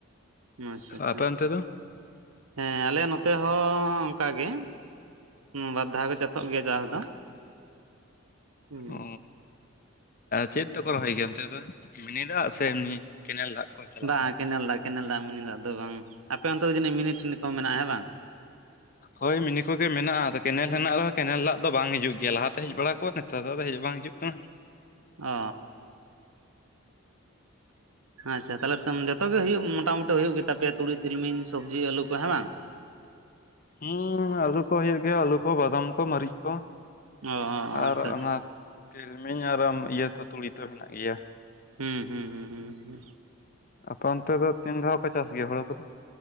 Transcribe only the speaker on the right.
ᱦᱩᱸ ᱟᱪᱪᱷᱟ ᱟᱪᱪᱷᱟ᱾
ᱦᱮᱸ ᱟᱞᱮ ᱱᱚᱛᱮ ᱦᱚᱸ ᱚᱱᱠᱟ ᱜᱮ᱾ ᱵᱟᱨ ᱫᱷᱟ ᱠᱚ ᱪᱟᱥᱚᱜ ᱜᱮᱭᱟ ᱪᱟᱥ ᱫᱚ ᱦᱩᱸ
ᱵᱟᱸ
ᱠᱮᱱᱮᱞ ᱫᱟᱜ ᱠᱮᱱᱮᱞ ᱫᱟᱜ ᱢᱤᱱᱤ ᱫᱟᱜ ᱫᱚ ᱵᱟᱝ ᱟᱯᱮ ᱚᱱᱛᱮ ᱫᱚ ᱡᱟᱹᱱᱤᱡ ᱢᱤᱱᱤ-ᱴᱤᱱᱤ ᱠᱚ ᱢᱮᱱᱟᱜᱼᱟ ᱦᱮᱸ ᱵᱟᱝ᱾ <inaudible>
ᱚ ᱟᱪᱪᱷᱟ ᱛᱟᱦᱚᱞᱮ ᱡᱚᱛᱚ ᱜᱮ ᱦᱩᱭᱩᱜ ᱢᱚᱴᱟᱢᱩᱴᱤ ᱦᱩᱭᱩᱜ ᱜᱮᱛᱟ ᱯᱮᱭᱟ ᱛᱩᱲᱤ ᱛᱤᱞᱢᱤᱧ ᱥᱚᱵᱽᱡᱤ ᱟᱹᱞᱩ ᱠᱚ ᱦᱮᱸ ᱵᱟᱝ
ᱚ ᱟᱪᱪᱷᱟ
ᱟᱪᱪᱷᱟ
ᱦᱩᱸ ᱦᱩᱸ ᱦᱩᱸ ᱦᱩᱸ ᱦᱩᱸ